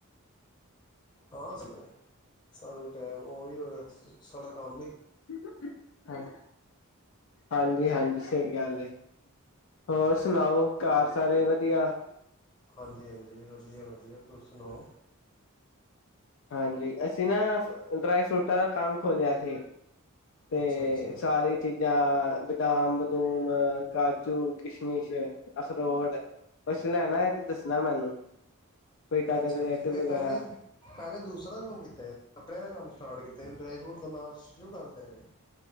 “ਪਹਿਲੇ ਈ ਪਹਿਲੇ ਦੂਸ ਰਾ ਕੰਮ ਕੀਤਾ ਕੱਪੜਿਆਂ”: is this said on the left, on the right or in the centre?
Left